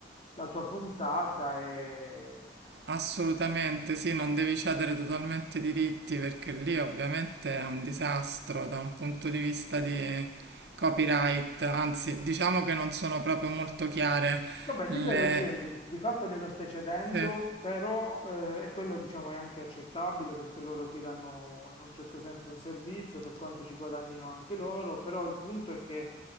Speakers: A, on the left; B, on the right.
A: la tua puntata e
B: Assolutamente sì, non devi cedere totalmente i diritti perché lì ovviamente è un disastro da un punto di vista di copyright, anzi diciamo che non sono proprio molto chiare
A: Vabbè, lì
B: le...
A: glielo cedi, di fatto glielo stai cedendo,
B: sì.
A: però eh, e quello diciamo è anche accettabile perché loro ti danno in un certo senso un servizio per quanto ci guadagnino anche loro, però il punto è che